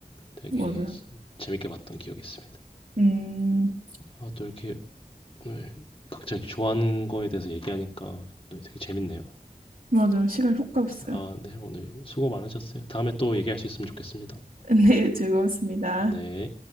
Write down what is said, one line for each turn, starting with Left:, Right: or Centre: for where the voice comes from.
Left: 되게
Right: 맞아요.
Left: 재밌게 봤던 기억이 있습니다
Right: 음,
Left: 아, 또 이렇게 오늘 각자 이렇게 좋아하는 거에 대해서 얘기하니까 되게 재밌네요.
Right: 맞아요. 시간 훅 갔어요.
Left: 아, 네, 오늘 수고 많으셨어요. 다음에 또 얘기할 수 있으면 좋겠습니다.
Right: <laughs> 네, 즐거웠습니다.
Left: 네.